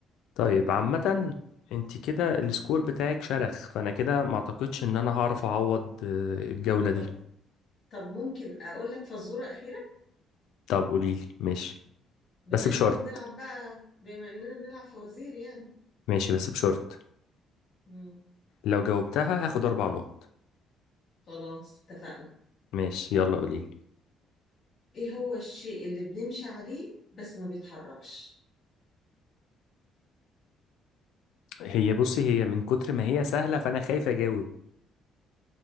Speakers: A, on the left; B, on the left.
A: طيب
B: مم.
A: عامة انت كده السكور
B: مم.
A: بتاعك شرخ فانا كده ما اعتقدش ان انا هعرف اعوض آه، الجولة دي
B: طب طب ممكن اقول لك فزورة أخيرة
A: طب قولي لي ماشي
B: بما
A: بس بشرط
B: اننا بنلعب بقى بما اننا بنلعب فوازير يعني
A: ماشي بس بشرط
B: مم.
A: لو جاوبتها هاخد أربع نقط
B: خلاص اتفقنا
A: ماشي يلا قوليلي
B: ايه هو الشيء اللي بنمشي عليه بس ما بيتحركش
A: هي بصي هي من كتر ما هي سهلة فأنا خايف أجاوب